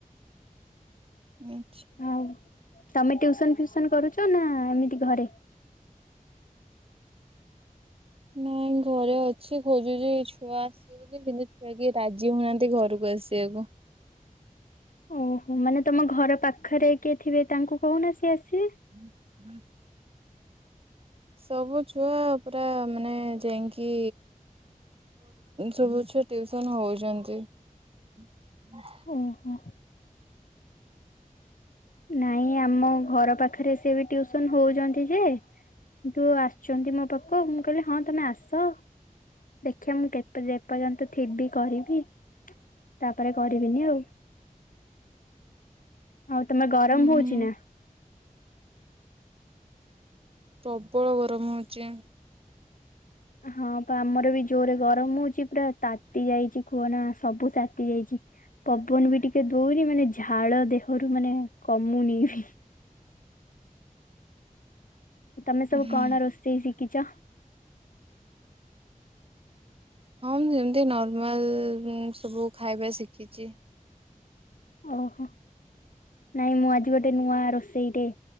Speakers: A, on the right; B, on the left.
A: ଆଚ୍ଛା।
B: ଆଉ ତମେ ଟ୍ୟୁସନ ଫିଉସନ କରୁଛ ନା ଏମିତି ଘରେ।
A: ନାଇଁ ଘରେ ଅଛି ଖୋଜୁଛି ଛୁଆ ଆସିବେ ବୋଲି କିନ୍ତୁ ଛୁଆ କିଏ ରାଜି ହଉନାହାନ୍ତି ଘରକୁ ଆସିବାକୁ।
B: ଓହୋ ମାନେ ତମ ଘର ପାଖରେ କିଏ ଥିବେ ତାଙ୍କୁ କହୁନ ସିଏ ଆସିବେ।
A: <unintelligible> ସବୁ ଛୁଆ ପୁରା ମାନେ ଯାଇକି ସବୁ ଛୁଆ ଟିଉସନ ହଉଛନ୍ତି। ହା
B: ଓହୋ। ନାଇଁ ଆମ ଘର ପାଖରେ ସେ ବି ଟିଉସନ ହଉଛନ୍ତି ଯେ କିନ୍ତୁ ଆସୁଛନ୍ତି ମୋ ପାଖକୁ ମୁଁ କହିଲି ହଁ ତମେ ଆସ ଦେଖିବା ମୁଁ କେ ଏପର୍ଯ୍ୟନ୍ତ ଥିବି କରିବି ତାପରେ କରିବିନି ଆଉ। ତମେ ଗରମ
A: ହୁଁ
B: ହଉଚି ନା।
A: ପ୍ରବଳ ଗରମ ହଉଚି।
B: ହଁ ଆମର ବି ଜୋରେ ଗରମ ହଉଚି ପୁରା ତାତି ଯାଇଚି ଖୁଆନା ସବୁ ତାତି ଯାଇଚି ପବନ ବି ଟିକେ ଦଉନ ମାନେ ଝାଳ ଦେ ଘରୁ ମାନେ କମୁନି ବି ତମେ ସବୁ
A: ହଁ
B: କଣ ରୋଷେଇ ଶିଖ କିଚ
A: ହଁ ମୁଁ ଯେମିତି ନର୍ମାଲ ସବୁ ଖାଇବା ଶିଖିଚି।
B: ଓହୋ ନାଇଁ ମୁଁ ଆଜି ଗୋଟେ ନୂଆ ରୋଷେଇଟେ